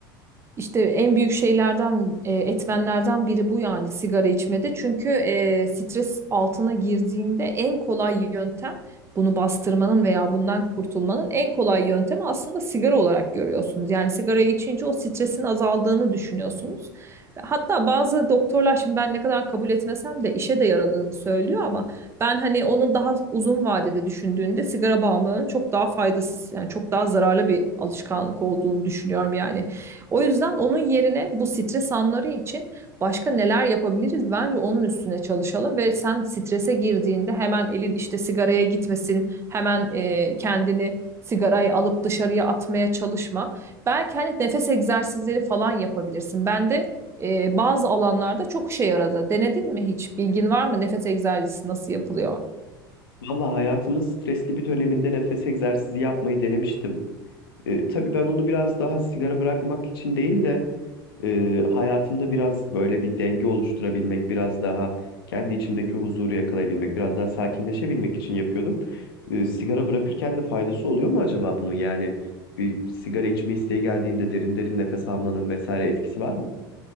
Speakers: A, on the right; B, on the left.
A: İşte en büyük şeylerden, e, etmenlerden biri bu yani sigara içmede. Çünkü e, stres altına girdiğinde en kolay yöntem bunu bastırmanın veya bundan kurtulmanın en kolay yöntemi aslında sigara olarak görüyorsunuz. Yani sigarayı içince o stresin azaldığını düşünüyorsunuz. Hatta bazı doktorlar şimdi ben ne kadar kabul etmesem de işe de yaradığını söylüyor ama ben hani onun daha uzun vadede düşündüğünde sigara bağımlılığının çok daha faydasız yani çok daha zararlı bir alışkanlık olduğunu düşünüyorum yani. O yüzden onun yerine bu stres anları için başka neler yapabiliriz? Bence onun üstüne çalışalım ve sen strese girdiğinde hemen elin işte sigaraya gitmesin, hemen e, kendini sigarayı alıp dışarıya atmaya çalışma. Belki hani nefes egzersizleri falan yapabilirsin. Ben de e, bazı alanlarda çok işe yaradı. Denedin mi hiç? Bilgin var mı? Nefes egzersizi nasıl yapılıyor?
B: Valla hayatımın stresli bir döneminde nefes egzersizi yapmayı denemiştim. Ee, tabii ben onu biraz daha sigara bırakmak için değil de e, hayatımda biraz böyle bir denge oluşturabilmek, biraz daha kendi içimdeki huzuru yakalayabilmek, biraz daha sakinleşebilmek için yapıyordum. E, sigara bırakırken de faydası oluyor mu acaba bunun? Yani bir sigara içme isteği geldiğinde derin derin nefes almanın vesaire etkisi var mı?